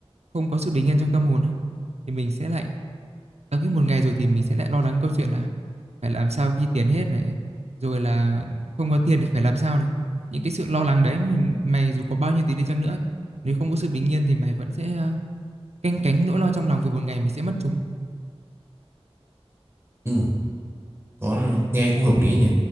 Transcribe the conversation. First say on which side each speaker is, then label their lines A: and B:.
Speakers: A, on the right; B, on the right.
A: không có sự bình yên trong tâm hồn á thì mình sẽ lại tới cái một ngày rồi thì mình sẽ lại lo lắng câu chuyện là phải làm sao khi tiền hết này rồi là không có tiền thì phải làm sao này những cái sự lo lắng đấy mình, mày dù có bao nhiêu tiền đi chăng nữa ấy, nếu không có sự bình yên thì mày vẫn sẽ ờ, canh cánh nỗi lo trong lòng về một ngày mình sẽ mất chúng
B: Ừ. có nghe cũng hợp lý nhỉ